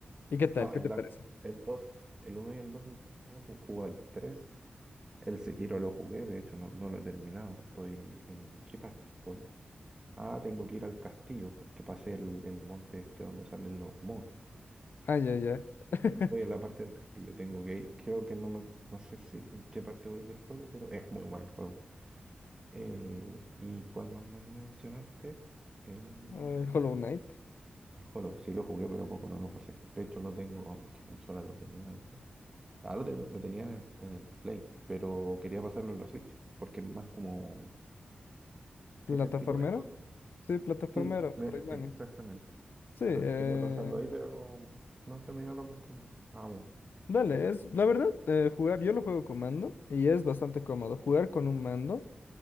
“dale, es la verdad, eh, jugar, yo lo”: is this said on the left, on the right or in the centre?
Left